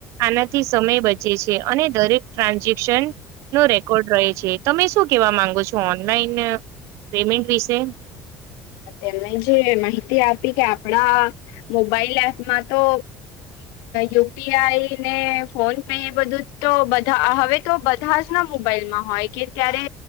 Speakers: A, on the right; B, on the left.
A: આનાથી સમ બચે છે અને દરેક ટ્રાન્ઝેક્શન નો રેકોર્ડ રહે છે તમે શું કેવા માંગો છો ઓનલાઈન પેમેન્ટ વિશે
B: તેમણે જે માહિતી આપી કે આપણા મોબાઈલ એપ માં તો યુપીઆઈ ને ફોન પે એ બધું તો બધા હવે તો બધા જ ના મોબાઈલ ત્યારે